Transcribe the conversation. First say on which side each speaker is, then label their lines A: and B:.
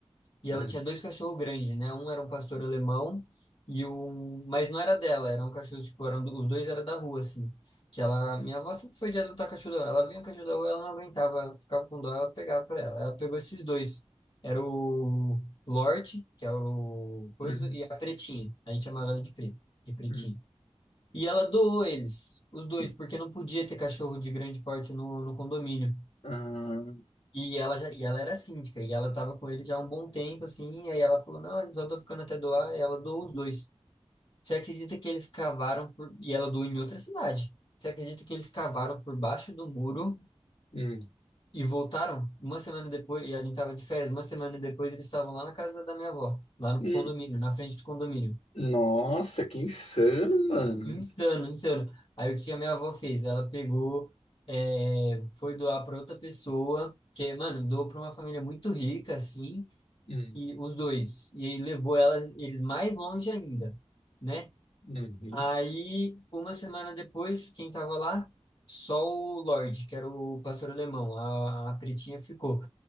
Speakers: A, on the left; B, on the left.
A: e ela
B: Hum,
A: tinha dois cachorros grandes, né? Um era um pastor alemão e um, mas não era dela, era um cachorro tipo, eram, do- os dois eram da rua assim. Que ela, minha avó sempre foi de adotar cachorro da rua. Ela vinha o cachorro da rua, ela não aguentava, ficava com dó, ela pegava pra ela. Ela pegou esses dois. Era o Lorde, que era o coisa,
B: hum,
A: e a Pretinha. A gente chamava ela de Preta, de Pretinha.
B: hum.
A: E ela doou eles, os dois,
B: hum.
A: porque não podia ter cachorro de grande porte no, no condomínio.
B: Ah,
A: E ela, já, e ela era síndica, e ela tava com ele já há um bom tempo, assim, e aí ela falou, não, eles só estão ficando até doar, e ela doou os dois. Você acredita que eles cavaram por... E ela doou em outra cidade. Você acredita que eles cavaram por baixo do muro
B: hum,
A: e voltaram? Uma semana depois, e a gente tava de férias, uma semana depois eles estavam lá na casa da minha avó, lá no
B: hum.
A: condomínio, na frente do condomínio.
B: Nossa, que insano, mano.
A: Insano, insano. Aí o que que a minha avó fez? Ela pegou, é, foi doar para outra pessoa, que, mano, doou para uma família muito rica, assim,
B: Hum,
A: e os dois. E aí levou ela, eles mais longe ainda, né?
B: uhum.
A: Aí, uma semana depois, quem tava lá? Só o Lorde, que era o pastor alemão. A, a Pretinha ficou.